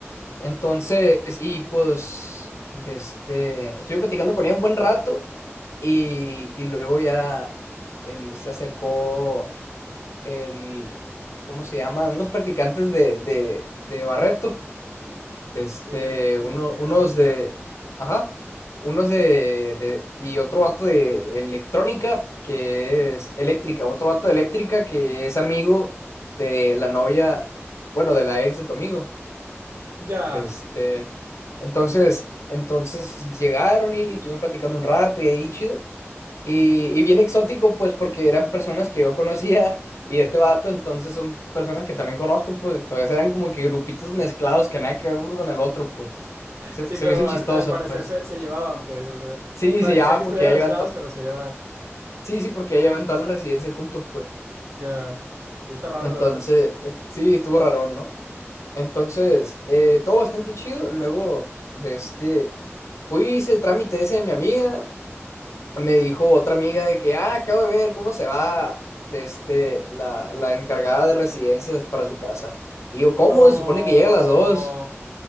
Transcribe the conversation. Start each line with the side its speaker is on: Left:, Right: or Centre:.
Left: entonces, y pues, de este, estuve platicando con ella un buen rato y, y luego ya él, se acercó el, ¿cómo se llama? Unos practicantes de, de, de Barreto, de este,
Right: Sí, el, el
Left: uno,
Right: ingeniero.
Left: unos de, ajá, unos de, de, y otro vato de electrónica que es eléctrica, otro vato de eléctrica que es amigo de la novia, bueno, de la ex de tu amigo.
Right: Ya.
Left: De este, entonces, entonces llegaron y estuvimos platicando un rato y ahí chido. Y, y bien exótico, pues, porque eran personas que yo conocía y este vato, entonces son personas que también conozco, pues, entonces eran como que grupitos mezclados que nada que ver uno con el otro, pues. Se,
Right: Sí,
Left: se
Right: pero
Left: me hizo chistoso,
Right: al, al parecer
Left: pues.
Right: se, se llevaban, pues, o sea.
Left: Sí,
Right: Parecía
Left: se llaman
Right: que estuvieran
Left: porque ya
Right: mezclados,
Left: llevan, to-
Right: pero se llevaban.
Left: sí, sí, porque ya llevan todas las residencias juntos, pues.
Right: Ya. Sí, está raro,
Left: Entonces,
Right: ¿verdad?
Left: es- sí, estuvo raro, ¿no? Entonces, eh, todo bastante chido. Luego de este, fui, hice el trámite ese de mi amiga. Me dijo otra amiga de que, ah, acabo de ver cómo se va de este, la, la encargada de residencias para su casa. Y yo, ¿cómo?
Right: No.
Left: Se supone que llega a las dos.